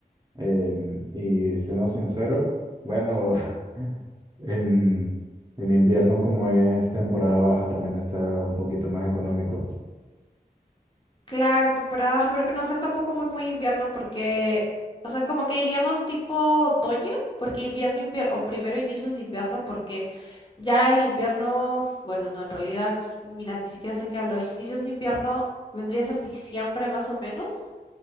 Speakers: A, on the right (about 25°); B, on the left (about 30°).
A: em, y siendo sincero, bueno, <laughs> en, en invierno como es temporada baja también está un poquito más económico.
B: Claro, temporada baja, pero que no sea tampoco muy, muy invierno porque, o sea, como que iríamos tipo otoño, porque invierno, invierno, o primero inicios de invierno, porque ya el invierno, bueno, no, en realidad, mira, ni siquiera sé qué hablo, inicios de invierno vendría a ser diciembre más o menos,